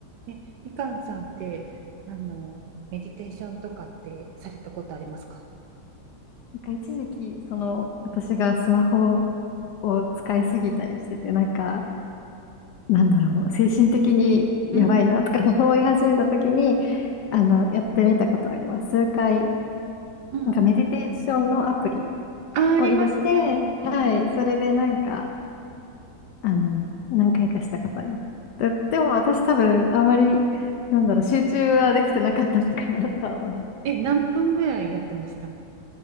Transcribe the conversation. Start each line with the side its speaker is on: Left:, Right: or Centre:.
Right: ね、みかんさんって、あの、メディテーションとかってされたことありますか
Left: なんか一時期、その、私がスマホを使いすぎたりしてて、なんか、なんだろう、精神的にやばいなとか
Right: うん、うん
Left: <laughs> 思い始めた時に、あの、やってみたことあります。数回、
Right: うん。
Left: なんかメディテーションのアプリ
Right: あ、ありますね。
Left: を入れて、
Right: うん。
Left: はい、それでなんか、あの、何回かしたことあります。で、でも私多分、あまり、なんだろう、集中はできてなかったのかなとは思い
Right: え、何分ぐらいやってました